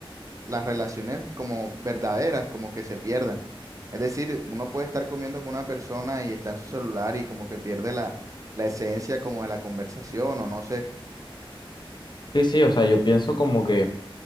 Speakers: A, on the right (about 35°); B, on the left (about 50°).
A: las relaciones como verdaderas, como que se pierdan. Es decir, uno puede estar comiendo con una persona y está en su celular y como que pierde la, la esencia como de la conversación o no sé.
B: Sí, sí, o sea, yo pienso como que